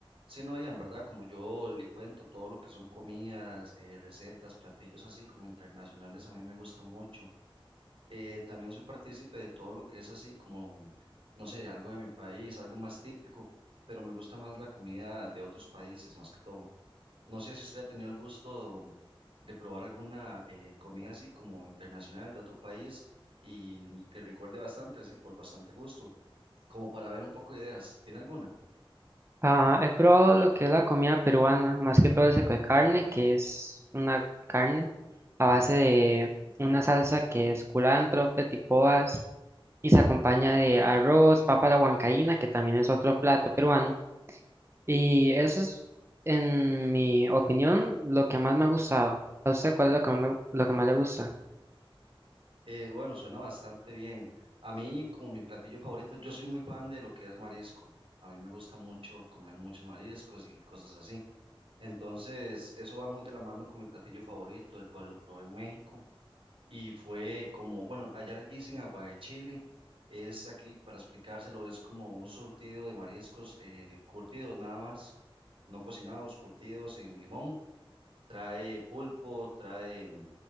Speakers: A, on the right; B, on the right.
A: Sí, no, Ian, ¿verdad? Como yo le cuento todo lo que son comidas, eh, recetas, platillos así como internacionales, a mí me gusta mucho. Eh, también soy partícipe de todo lo que es así como, no sé, algo de mi país, algo más típico, pero me gusta más la comida de otros países, más que todo. No sé si usted ha tenido el gusto de probar alguna eh, comida así como internacional de otro país y que recuerde bastante, así por bastante gusto, como para ver un poco de ideas. ¿Tiene alguna?
B: Ah, he probado lo que es la comida peruana, más que todo el seco de carne, que es una carne a base de una salsa que es culantro, petipoas y se acompaña de arroz, papa a la huancaína, que también es otro plato peruano. Y eso es, en mi opinión, lo que más me ha gustado. ¿A usted cuál es lo que más, me- lo que más le gusta?
A: Eh, bueno, suena bastante bien. A mí, como mi platillo favorito, yo soy muy fan de lo que es marisco. A mí me gusta mucho comer muchos mariscos y cosas así. Entonces, eso va muy de la mano con mi platillo favorito, el cual lo probé en México y fue como, bueno, allá le dicen agua de Chile. Es aquí, para explicárselo, es como un surtido de mariscos eh, curtidos nada más, no cocinados, curtidos en limón trae pulpo, trae mm,